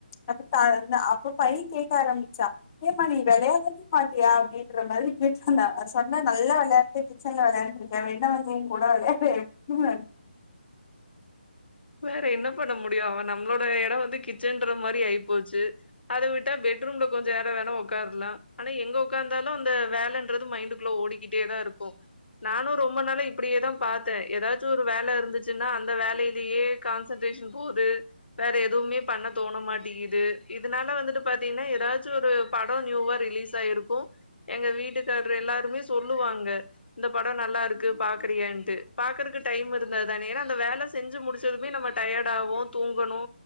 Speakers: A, on the left; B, on the left.
A: அப்பப்ப அப்ப பைய கேக்க ஆரம்பிச்சா ஏமா நீ வெளையாடவே மாட்டியா அப்டீன்ற மாரி கேட்டா நா சொன்ன நல்லா வெளையாட போய் கிச்சன்ல வெளாண்டுட்டு இருக்கே வேன்னா வந்து ஏ கூட வந்து வெளையாடு ம்
B: வேற என்ன பண்ண முடியு அவ நம்மளோட இட வந்து கிச்சன்ற மாரி ஆயிப்போச்சு அத விட்டா பெட்ரூம்ல கொஞ்ச நேரோ வேணா ஒக்காரலா ஆனா எங்க ஒக்காந்தாலு அந்த வேலன்றது மைண்டுக்குள்ள ஓடிக் கிட்டே தாருக்கு நானு ரொம்ப நாளா இப்பிடியே தா பாத்தே ஏதாச்சு ஒரு வேலருந்துச்சுன்னா அந் அந்த வேலையிலேயே கான்சன்ட்ரேஷன் போது வேற எதுவுமே பண்ண தோண மாட்டேங்கிது இதனால வந்துட்டு பாத்தீங்கன்னா ஏதாச்சு ஒரு படோ நியூவா ரிலீஸ் ஆயிருக்கோ எங்க வீட்டுக்காரர் எல்லாருமே சொல்லுவாங்க இந்த படோ நல்லா இருக்கு பாக்குறீயான்ட்டு பாக்கறக்கு டைம் இருந்தா தான ஏனா இந்த வேல செஞ்சு முடிச்சதுமே நம்ம டயடாவோ தூங்கணோ